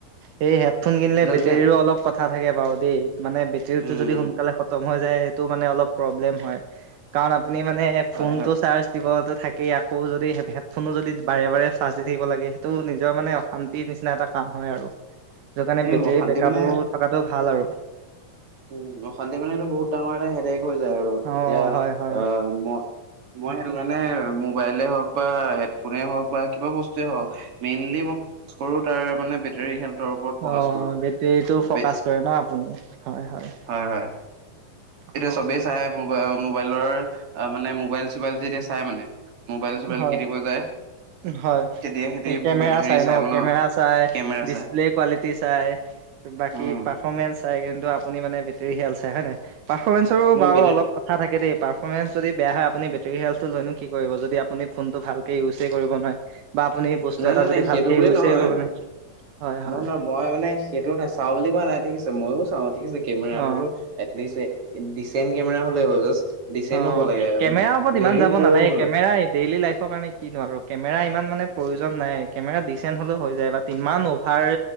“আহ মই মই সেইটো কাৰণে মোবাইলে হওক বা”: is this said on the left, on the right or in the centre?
Right